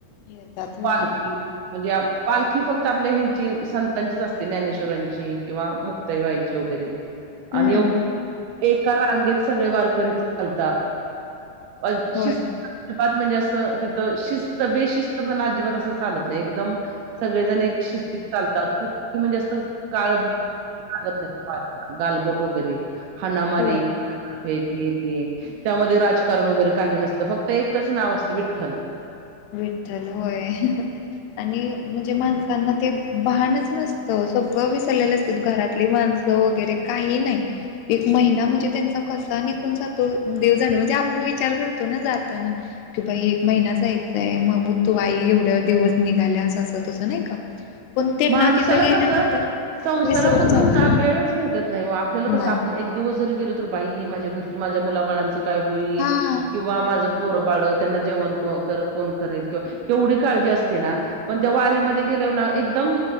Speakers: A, on the left; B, on the right.
A: येतात होय
B: पालखी म्हणजे पालखी फक्त आपल्या ह्यांची संतांचीच असते ज्ञानेश्वरांची किंवा मुक्ताईबाईची वगैरे
A: हम्म
B: आणि एव एका रांगेत सगळे वारकरी चालतात. अ शिस्
A: होय
B: अजिबात म्हणजे असं. तिथं शिस्त-बेशिस्त पना अजिबात असं चालत नाही. एकदम सगळेजण एक शी चालतात. म्हणजे अस काळ हत नाही पा गालबोट वगैरे हणा मारी
A: हो
B: फेक ह ते त्यामध्ये राजकारण वगैरे काही नसतं फक्त एकच नाव असतं विठ्ठल
A: विठ्ठल होय आणि म्हणजे माणस त्यांना ते भानच नसतं सगळं विसरलेलं असतं घरातली भानस वगैरे काही नाही एक महिना म्हणजे त्यांचा कसा निघून जातो देवजाणे म्हणजे आपण विचार करतो ना जाताना कि बाई एक महिना जायचाय मग म तू आई एवढं दिवस निघाल्यास असं तसं नाही का पण तेना
B: माणसाला
A: तिथं गेल्यानंतर
B: कसं संसारामधून
A: विसरून जात
B: ना वेळच भेटत नाही ओ आपल्याला
A: नाही
B: कसं आप एक दिवस जरी गेलो तर बाई माझ्या घरच माझ्या मुलाबाळांचं काय होईल
A: हा
B: किंवा माझं पोरं बाळ त्यांना जेवण कोण करेल किंवा एवढी काळजी असते ना पण त्या वारीमध्ये गेल्यावर ना एकदम